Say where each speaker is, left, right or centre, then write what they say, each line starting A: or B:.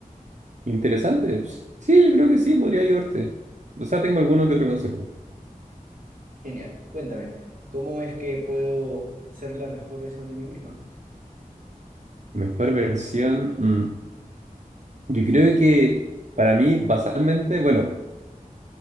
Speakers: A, on the right; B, on the right.
A: Interesante. Sí, yo creo que sí, podría ayudarte. O sea, tengo alguno que otro consejo.
B: Genial. Cuéntame, ¿cómo es que puedo ser la mejor versión de mí misma?
A: Mejor versión. mm, Yo creo que para mí, basalmente, bueno,